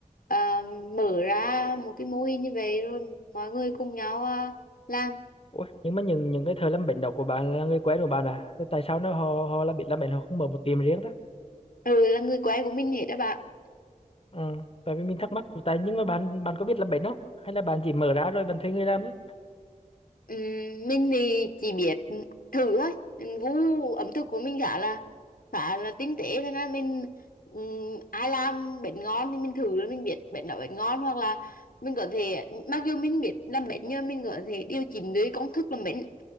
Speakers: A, on the left; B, on the left.
A: à, mở ra một cái mô hình như vậy rồi mọi người cùng nhau à, làm
B: Ủa, nhưng mà những những cái thợ làm bánh đó của bạn là người quen của bạn à? Thế tại sao nó họ họ là biết làm bánh họ không mở một tiệm riêng ta?
A: ừ là người quen của mình hết đó bạn
B: Ừ, tại vì mình thắc mắc tại nhưng mà bạn bạn có biết làm bánh không? Hay là bạn chỉ mở ra rồi bạn thuê người làm thôi?
A: Ừm, mình thì chỉ biết thử thôi Mình gu ẩm thực của mình khá là khá là tinh tế thế nên mình ừm, ai làm bánh ngon thì mình thử rồi mình biết bánh đó bánh ngon hoặc là mình có thể mặc dù mình biết làm bánh nhưng mình có thể điều chỉnh được công thức làm bánh